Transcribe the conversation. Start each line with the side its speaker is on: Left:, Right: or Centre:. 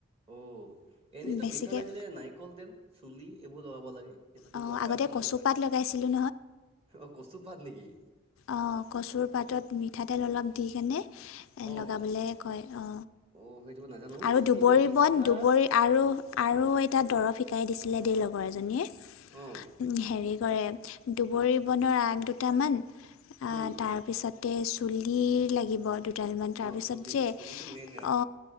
Right: অ এনেইতো
Left: বেছিকৈ
Right: বিছা লাগিলে নাৰিকল তেল চুলি এইবোৰ লগাব লাগে। সেইটোতো
Left: অঁ
Right: গম
Left: আগতে
Right: পাইছো
Left: কচুপাত
Right: মই।
Left: লগাইছিলোঁ
Right: অ কচুপাত নেকি?
Left: অ কচুৰ পাতত মিঠাতেল অলপ দি কেনে
Right: অ
Left: লগাবলৈ কয়। অ
Right: অ সেইটো নাজানো
Left: আৰু দুবৰি
Right: কিন্তু বিছা
Left: বন দুবৰি আৰু আৰু এটা দৰৱ শিকাই দিছে- লেডী লগৰ এজনীয়ে
Right: অ
Left: হেৰি কৰে দুবৰি বনৰ আগ দুটামান
Right: উম,
Left: তাৰপিছত ত চুলি লাগিব দুডালমান তাৰপিছত
Right: অ, চুলি
Left: যে
Right: চুলিটো মেইন আৰু
Left: অ